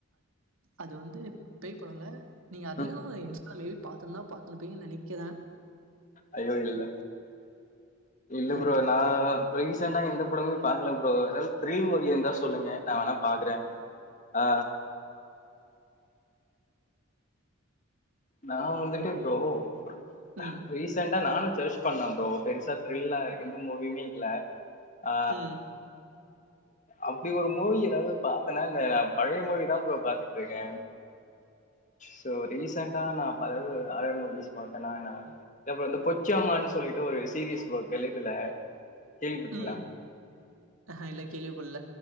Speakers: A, on the right; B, on the left.
A: அது வந்து பேய் படோ இல்ல நீங்க அதையு
B: ம்
A: இன்ஸ்டாலயே பாக்கணுமா பாக் அனுபிங் நினைக்குறே
B: ஐயோ இல்ல இல்ல
A: அது.
B: ப்ரோ நா இப்ப ரீசெண்டா எந்த படமு பாக்கல ப்ரோ எதாது ஃப்ரீ மூவி இருந்தா சொல்லுங்க நா வேணா பாக்குறே ஆ நா வந்துட்டு
A: ம்.
B: ப்ரோ ரீ
A: ம்.
B: ரீசெண்டா நானு செர்ச் பண்ண ப்ரோ பெருசா த்ரில்லா எந்த மூவியுமே இல்ல ஆ
A: ம்.
B: அப்டி ஒரு மூவி எதாது பாத்தனா இல்ல நா பழைய மூவிதா ப்ரோ பாத்துட்டு இருக்கே சோ ரீசெண்டா நா பழது அழ மூவிஸ் பாத்தனா ஏ ப்ரோ இந்த பொச்சியம்மான் சொல்லிட்டு ஒரு சீரிஸ் ப்ரோ தெலுங்குல கேள்விப்பட்டீங்களா
A: ம். ஆஹா இல்ல கேள்விப்படல.